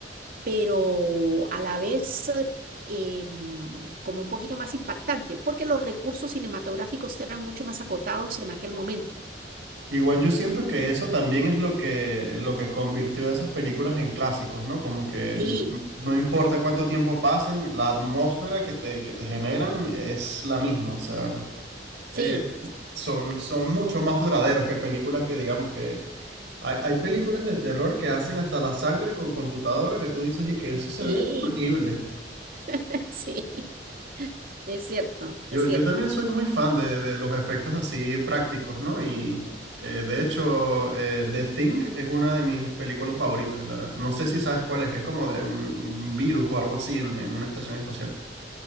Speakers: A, on the right; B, on the right.
A: pero a la vez eh, eh, mm, como un poquito más impactante, porque los recursos cinematográficos eran mucho más acotados en aquel momento.
B: Igual yo siento que eso también es lo que, lo que convirtió esas películas en clásicos, ¿no? Como que
A: Sí,
B: no importa cuánto tiempo pasen, la atmósfera que te, que te generan es la misma. O sea, eh,
A: sí,
B: son, son mucho más duraderos que películas que digamos que... Hay, hay películas de terror que hacen hasta la sangre con computadora que tú dices y que eso se
A: sí,
B: ve horrible.
A: <laughs> sí, es cierto,
B: Yo,
A: es
B: yo
A: cierto.
B: también soy muy fan de, de los efectos así prácticos, ¿no? Y eh, de hecho, eh, The Thing es una de mis películas favoritas. La- no sé si sabes cuál es, que es como de un, un virus o algo así en en una estación espacial.